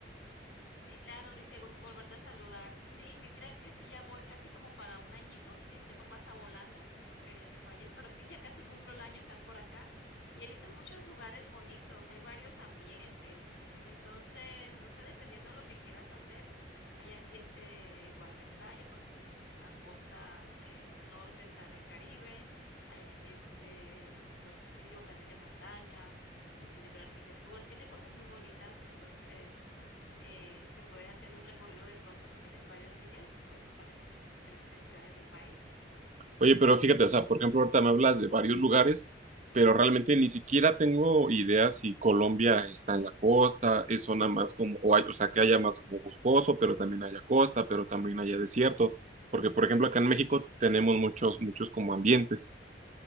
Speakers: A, on the left (about 80°); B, on the right (about 40°).
A: Sí, claro, Luis, qué gusto volverte a saludar. Sí, mira que sí, ya voy casi como para un añito, si el tiempo pasa volando, uno creería que fue ayer, pero sí, ya casi cumplo el año estar por acá y he visto muchos lugares bonitos, hay varios ambientes, entonces, no sé, dependiendo lo que quieras hacer, hay ambiente igual de playa, porque pues la costa eh, norte está en el Caribe, hay ambiente pues frío también de montaña, o si quieres ver arquitectura, tiene cosas muy bonitas, entonces... Eh, se puede hacer un recorrido de pronto si tienes varios días por varias dis- diferentes ciudades del país.
B: Oye, pero fíjate, o sea, por ejemplo, ahorita me hablas de varios lugares, pero realmente ni siquiera tengo idea si Colombia está en la costa, es zona más como, o, hay- o sea, que haya más como boscoso, pero también haya costa, pero también haya desierto, porque por ejemplo
A: Sí,
B: acá en México tenemos muchos, muchos como ambientes.